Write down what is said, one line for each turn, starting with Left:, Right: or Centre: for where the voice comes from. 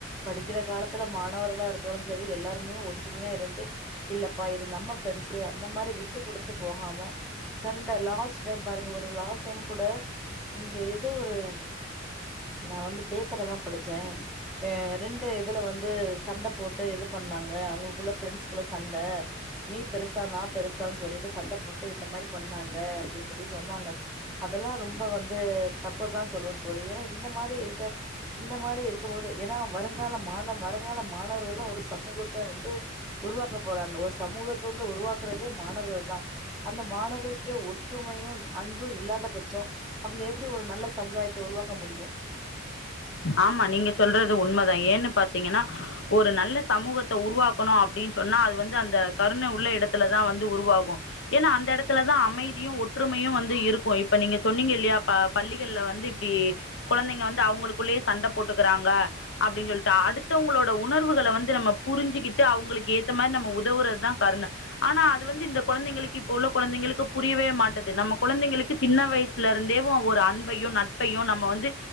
Centre: படிக்கிற காலத்துல மாணவர்களா இருக்கிறவரு சரி எல்லாருமே ஒற்றுமையா இருந்து இல்லப்பா இது நம்ம ஃப்ரெண்ட்ஸு அந்த மாரி விட்டுக் குடுத்து போகாம சண் ட லாஸ்ட் டைம் பாருங்க ஒரு லாஸ்ட் டைம் கூட இங்க ஏதோ ஒரு நா வந்து பேப்பர்லதா படிச்சே ஆ ரெண்டு இதுல வந்து சண்ட போட்டு இது பண்ணாங்க அவுங்களுக்குள்ள ஃப்ரெண்ட்ஸ்குள்ள சண்ட நீ பெருசா நா பெருசான்னு சொல்லிட்டு சண்ட போட்டு இந்த மாரி பண்ணாங்க அப்டி சொல்லி சொன்னாங்க அதெல்லா ரொம்ப வந்து தப்புதா சொல்லுவே தோழி ஏன்னா இந்த மாரி இருக்க இந்த மாரி இருக்கும் போது ஏன்னா வருங்கால மாண வருங்கால மாணவர்கள் தா ஒரு சமூகத்த வந்து உருவாக்கப் போறாங்க ஒரு சமூகத்த வந்து உருவாக்குறதே மாணவர்கள் தா அந்த மாணவ ட்டு ஒற்றுமையு அன்பு இல்லாத பட்சோ அவங்க எப்டி ஒரு நல்ல சமுதாயத்த உருவாக்க முடியு
Left: ஆமா நீங்க சொல்றது உண்மதா ஏன்னு பாத்தீங்கன்னா ஒரு நல்ல சமூகத்த உருவாக்கணு அப்டின்னு சொன்னா அது வந்து அந்த கருன உள்ள இடத்துலதா வந்து உருவாகு ஏன்னா அந்த இடத்துலதா அமைதியு ஒற்றுமையு வந்து இருக்கு இப்ப நீங்க சொன்னீங்க இல்லயா ப பள்ளிகள்ல வந்து இப்டி குழந்தைங்க வந்து அவங்களுக்குள்ளே சண்ட போட்டுக்கிறாங்க அப்டி சொல்ட்டு அடுத்தவங்களோட உணர்வுகள வந்து நம்ம புரிஞ்சுக்கிட்டு அவங்களுக்கு ஏத்த மாரி நம்ம உதவுறதுதா கருண ஆனா அது வந்து இந்த குழந்தைங்களுக்கு இப்போ உள்ள குழந்தைங்களுக்கு புரியவே மாட்டது நம்ம குழந்தைங்களுக்கு சின்ன வயசு ல இருந்தே ஒரு அன்பையு நட்பையு நம்ம வந்து